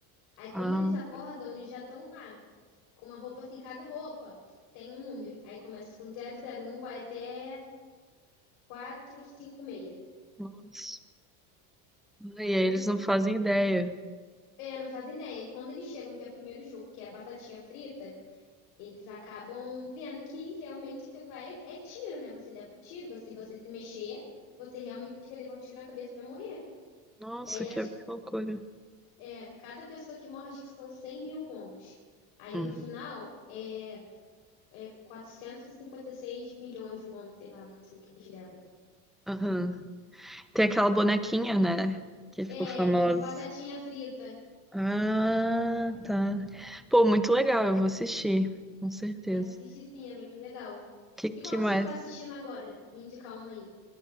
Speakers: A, on the left (about 75°); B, in the centre.
A: Aí, quando
B: ah,
A: eles acordam, eles já estão lá, com uma roupa assim, cada roupa tem um número. Aí começa com zero zero um, vai até 456.
B: nossa. Ah,
A: Aí,
B: E aí eles não fazem ideia.
A: é, não fazem ideia. Aí, quando eles chegam, que é o primeiro jogo, que é a batatinha frita, eles acabam vendo que realmente aquilo lá é, é tiro, né? Você leva um tiro, você- se você se mexer, você realmente vai levar um tiro na cabeça e vai morrer.
B: Nossa,
A: E aí
B: que
A: acho que
B: loucura.
A: é, cada pessoa que morre, acho que são 100 mil wons. Aí
B: Uhum.
A: no final é quatrocentos e e cinquenta e seis milhões de wons, sei lá, assim que eles levam.
B: Aham. Tem aquela bonequinha, né? Que ficou
A: É,
B: famosa.
A: ela é do Batatinha Frita.
B: Ah, tá. Pô, muito legal, eu vou assistir, com certeza.
A: Assiste sim, é bem legal.
B: Que
A: E
B: que
A: qual que
B: mais?
A: você está assistindo agora? Me indicar uma aí.